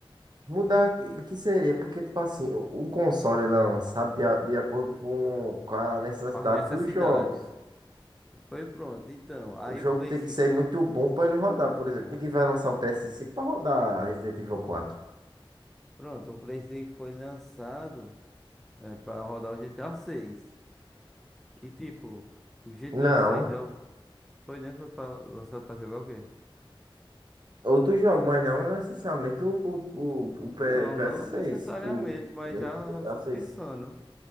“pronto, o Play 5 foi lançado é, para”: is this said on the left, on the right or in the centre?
Centre